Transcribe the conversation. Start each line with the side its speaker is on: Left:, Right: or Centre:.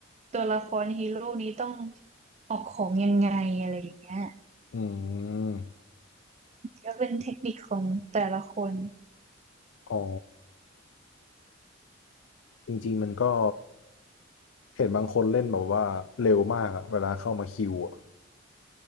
Right: ตัวละครฮีโร่นี้ต้องออกของยังไงอะไรอย่างเงี้ย
Left: อืม
Right: ก็เป็นเทคนิคของแต่ละคน
Left: อ๋อจริงๆมันก็เห็นบางคนเล่นแบบว่าเร็วมากอะเวลาเข้ามาคิวอะ